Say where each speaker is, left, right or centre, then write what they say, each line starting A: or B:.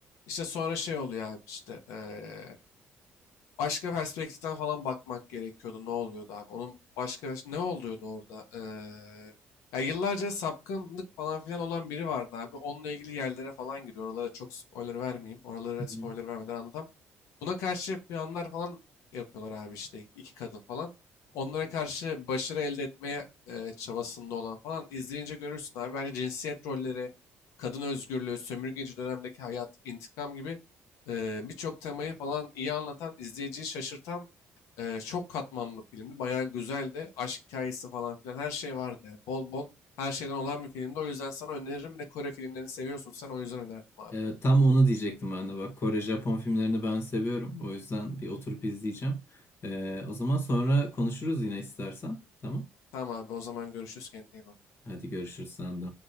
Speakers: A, on the left (about 80°); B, on the left (about 50°).
A: İşte sonra şey oluyor abi işte. eee, başka perspektiften falan bakmak gerekiyordu. Ne oluyordu abi? Onun başka ne oluyordu orada? Eee, ya yıllarca sapkınlık falan filan olan biri vardı abi. Onunla ilgili yerlere falan giriyor. Oralara çok spoiler vermeyeyim. Oralara
B: Hı
A: spoiler
B: hı.
A: vermeden anlatamam. Buna karşı planlar falan yapıyorlar abi işte iki kadın falan. Onlara karşı başarı elde etmeye e, çabasında olan falan izleyince görürsün abi. Bence cinsiyet rolleri, kadın özgürlüğü, sömürgeci dönemdeki hayat, intikam gibi e, birçok temayı falan iyi anlatan, izleyiciyi şaşırtan e, çok katmanlı bir filmdi. Bayağı güzeldi. Aşk hikayesi falan filan her şey vardı. yani. Bol bol her şeyden olan bir filmdi. O yüzden sana öneririm. Bir de Kore filmlerini seviyorsun sen o yüzden önerdim abi.
B: Ee, tam onu diyecektim ben de bak Kore Japon filmlerini ben seviyorum o yüzden bir oturup izleyeceğim. Ee, o zaman sonra konuşuruz yine istersen tamam.
A: Tamam abi o zaman görüşürüz kendine iyi bak.
B: Hadi görüşürüz sen de.